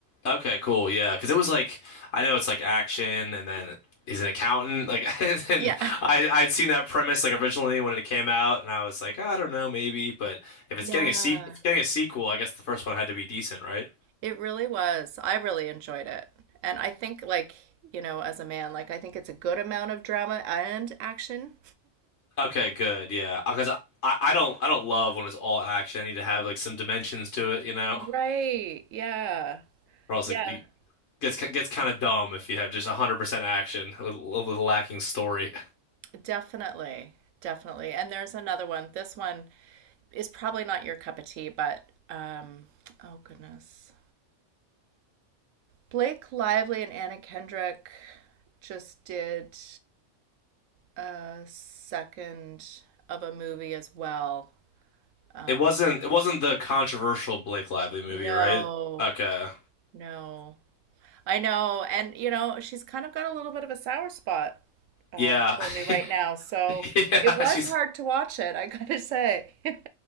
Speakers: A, on the left (about 65°); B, on the right (about 85°).
A: Okay, cool. Yeah, because it was like I know it's like action, and then he's an accountant. Like, <laughs> and
B: Yeah. <laughs>
A: I I'd seen that premise like originally when it came out, and I was like, I don't know, maybe. But if it's
B: Yeah.
A: getting a se if it's getting a sequel, I guess the first one had to be decent, right?
B: It really was. I really enjoyed it. And I think, like, you know, as a man, like, I think it's a good amount of drama and action.
A: Okay, good. Yeah, because I, I don't I don't love when it's all action. I need to have like some dimensions to it, you know,
B: Right. Yeah.
A: or else
B: Yeah.
A: like, it gets gets kind of dumb if you have just 100% action with, with lacking story.
B: Definitely. Definitely. And there's another one. This one is probably not your cup of tea, but, um, oh goodness. Blake Lively and Anna Kendrick just did a second of a movie as well. Um,
A: It wasn't it wasn't the controversial Blake Lively movie,
B: no,
A: right? Okay.
B: no. I know. And, you know, she's kind of got a little bit of a sour spot uh,
A: Yeah.
B: for me right
A: <laughs>
B: now. So
A: Yeah,
B: it was
A: she's
B: hard to watch it, I gotta say. <laughs>